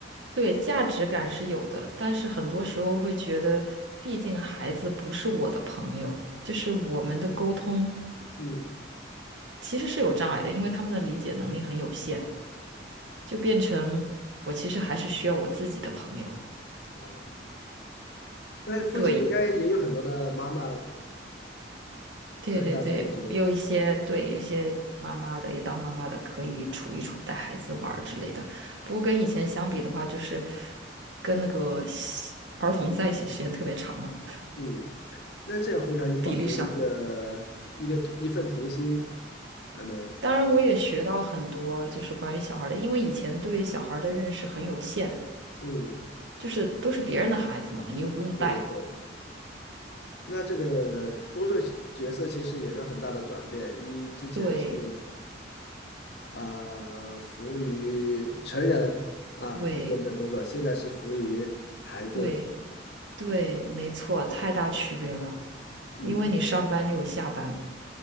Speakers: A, on the right; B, on the left.
A: 对，价值感是有的，但是很多时候会觉得，毕竟孩子不是我的朋友，就是我们的沟通
B: 嗯，
A: 其实是有障碍的，因为他们的理解能力很有限，就变成我其实还是需要我自己的朋友。
B: 哦。那附近应该也有很多的妈妈
A: 对。对对对，
B: 在家全职，
A: 我有一些对，有些妈妈的也当妈妈的可以处一处带孩子玩儿之类的。不过跟以前相比的话，就是跟那个西儿童在一起的时间特别长嘛，
B: 嗯，那这样会让你保存一个一个一份童心，
A: 比例上。
B: 还能，
A: 当然，我也学到很多，就是关于小孩儿的，因为以前对小孩儿的认识很有限，
B: 嗯，
A: 就是都是别人的孩子嘛，你又不用带。
B: 对对对，那这个工作角色其实也是很大的转变，一之前是
A: 对
B: 呃服务于成人啊之间的工作，
A: 对
B: 现在是服务于孩子，
A: 对对，没错，太大区别了，
B: 嗯
A: 因为你上班就有下班。